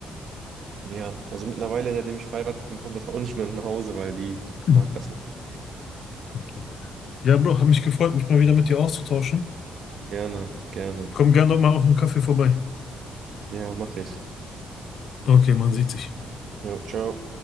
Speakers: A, on the right; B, on the left.
A: Ja, also mittlerweile, seitdem ich verheiratet bin, kommt das auch nicht mehr nach Hause, weil die
B: Hm.
A: mag das nicht.
B: Okay. Ja, Bro, habe mich gefreut, mich mal wieder mit dir auszutauschen.
A: Gerne, gerne.
B: Komm gerne doch mal auf dem Kaffee vorbei.
A: Ja, mach ich.
B: Okay, man sieht sich.
A: Ja, ciao.